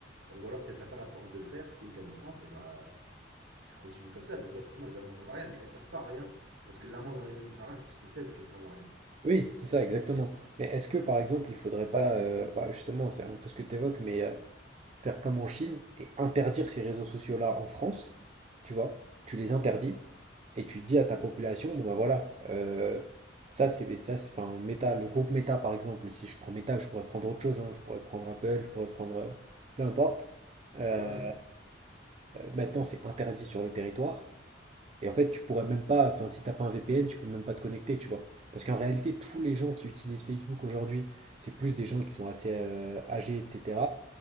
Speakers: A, on the right; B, on the right.
A: Euh, ou alors, t'as pas la force de le faire, ce qui est le cas de la France, et bah, tu continues comme ça. Donc, là, effectivement, les amendes servent à rien, mais elles servent pas à rien, parce que l'amende en elle-même ne sert à rien, c'est parce que t'es faible qu'elle servent à rien.
B: oui, c'est ça, exactement. Mais est-ce que, par exemple, il faudrait pas, euh, bah, justement, c'est un peu ce que tu évoques, mais euh, faire comme en Chine et interdire ces réseaux sociaux-là en France, tu vois, tu les interdis et tu dis à ta population, bon bah voilà, euh, ça c'est ça, c'est- enfin Meta, le groupe Meta par exemple, si je prends Meta, je pourrais prendre autre chose, hein, je pourrais prendre Apple, je pourrais prendre euh, peu importe. Euh,
A: Ouais, ouais.
B: maintenant c'est interdit sur le territoire et en fait tu pourrais même pas, enfin si t'as pas un VPN, tu peux même pas te connecter, tu vois. Parce qu'en réalité, tous les gens qui utilisent Facebook aujourd'hui, c'est plus des gens qui sont assez euh, âgés, etc